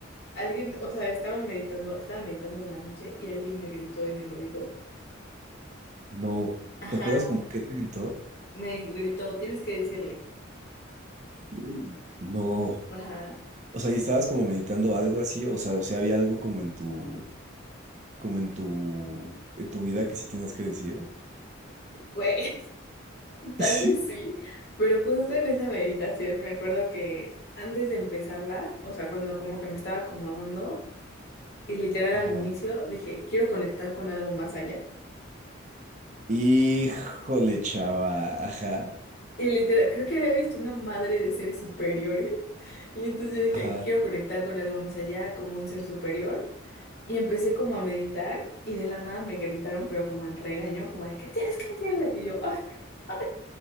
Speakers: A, on the left; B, on the right.
A: alguien, o sea, estaba meditando, estaba meditando en la noche y alguien me gritó en el oído.
B: No.
A: Ajá,
B: ¿Te acuerdas como qué te gritó?
A: me gritó, tienes que decirle.
B: Mm. No.
A: Ajá,
B: O sea, y estabas como meditando algo así, o sea, o sea, había algo como en tu, como en tu, en tu vida que sí tenías que decir. <laughs>
A: güey, <laughs> tal
B: Sí.
A: vez sí, pero justo en esa meditación me acuerdo que antes de empezarla, o sea, cuando como que me estaba acomodando, Y literal
B: Ajá.
A: al inicio dije, quiero conectar con algo más allá.
B: Híjole, chava. Ajá.
A: Y literal, creo que había visto una madre de seres superiores. Y entonces yo dije,
B: Ajá.
A: quiero conectar con algo más allá, como un ser superior. Y empecé como a meditar y de la nada me gritaron, pero como en regaño, como de, ¿qué tienes que decirle? Y yo, ay, ay,